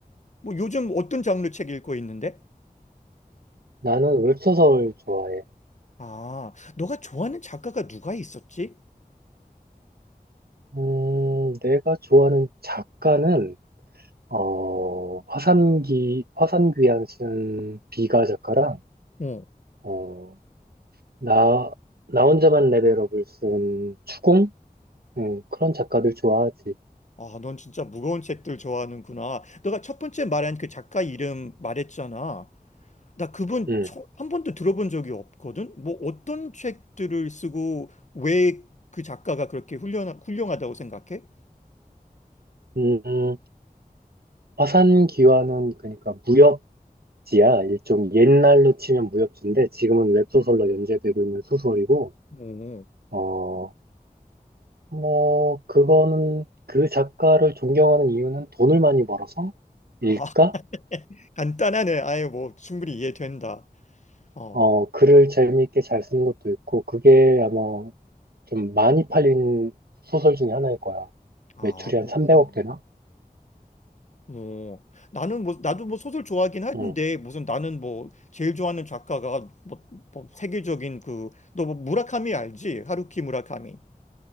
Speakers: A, on the left (about 50°); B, on the right (about 85°).
A: 뭐, 요즘 어떤 장르 책 읽고 있는데?
B: 나는 웹소설 좋아해.
A: 아, 너가 좋아하는 작가가 누가 있었지?
B: 음, 내가 좋아하는 작가는, 어, 화산기, 화산귀환 쓴 비가 작가랑,
A: 어.
B: 어, 나, 나 혼자만 레벨업을 쓴 추공? 음, 그런 작가들 좋아하지.
A: 아, 넌 진짜 무거운 책들 좋아하는구나. 너가 첫 번째 말한 그 작가 이름 말했잖아. 나 그분
B: 음,
A: 처- 한 번도 들어본 적이 없거든. 뭐 어떤 책들을 쓰고 왜 그 작가가 그렇게 훌륭하, 훌륭하다고 생각해?
B: 음, 화산귀환은 그러니까 무협, 지야 일종 옛날로 치면 무협지인데 지금은 웹소설로 연재되고 있는 소설이고
A: 오.
B: 어 뭐 그거는 그 작가를 존경하는 이유는 돈을 많이 벌어서 일까?
A: 아, <laughs> 간단하네. 아예 뭐 충분히 이해된다. 어.
B: 어 글을 재미있게 잘 쓰는 것도 있고 그게 아마 좀 많이 팔린 소설 중에 하나일 거야.
A: 아,
B: 매출이 한
A: 그렇구나.
B: 300억 되나?
A: 어. 나는 뭐 나도 뭐 소설 좋아하긴 하는데
B: 응,
A: 무슨 나는 뭐 제일 좋아하는 작가가 뭐, 뭐 세계적인 그 너 뭐 무라카미 알지? 하루키 무라카미.